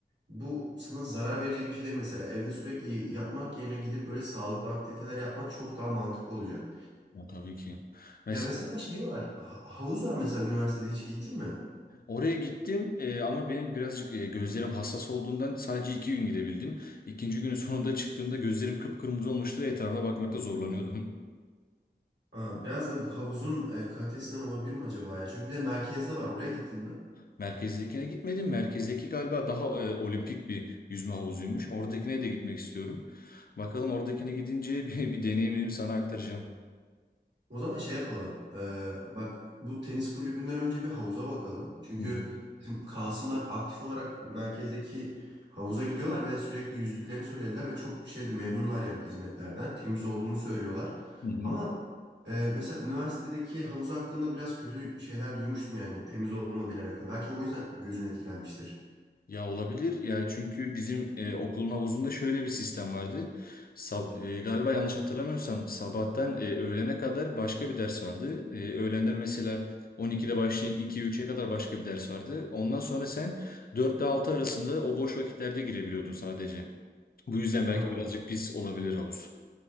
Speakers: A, on the right; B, on the left.
A: bu sana zarar verecek bir şey değil mesela. Evde sürekli yatmak yerine gidip böyle sağlıklı aktiviteler yapman çok daha mantıklı olacak.
B: Ya tabii ki. Mesela
A: Ya mesela şey var, ha- havuz var mesela üniversitede hiç gittin mi?
B: Oraya gittim e, ama benim birazcık e, gözlerim hassas olduğundan sadece iki gün gidebildim. İkinci günün sonunda çıktığımda gözlerim kıpkırmızı olmuştu ve etrafa bakmakta zorlanıyordum.
A: Aa, biraz da havuzun e, kalitesinden olabilir mi acaba ya? Çünkü bir de merkezde var. Oraya gittin mi?
B: <laughs> Merkezdekine gitmedim. Merkezdeki galiba daha e, olimpik bir yüzme havuzuymuş. Oradakine de gitmek istiyorum. Bakalım oradakine gidince <laughs> bir, bir deneyimimi sana aktaracağım.
A: O zaman şey yapalım. Ee, bak bu tenis kulübünden önce bir havuza bakalım. Çünkü
B: Hı hı.
A: bizim Kasımlar aktif olarak merkezdeki havuza gidiyorlar ve sürekli yüzdüklerini söylediler ve çok şeyde memnunlar yani hizmetlerden. Temiz olduğunu söylüyorlar.
B: Hı hı.
A: Ama e, mesela üniversitedeki havuz hakkında biraz kötü şeyler duymuştum yani temiz olmadığıyla alakalı. Belki de o yüzden gözün etkilenmiştir.
B: Ya olabilir. Yani çünkü bizim e, okulun havuzunda şöyle bir sistem vardı. Sab e, galiba yanlış hatırlamıyorsam sabahtan e, öğlene kadar başka bir ders vardı. E, öğlenden mesela 12'de başlayıp 2-3'e kadar başka bir ders vardı. Ondan sonra sen 4 ile 6 arasında o boş vakitlerde girebiliyordun sadece. Bu yüzden Evet.
A: Ha.
B: belki birazcık pis olabilir havuz.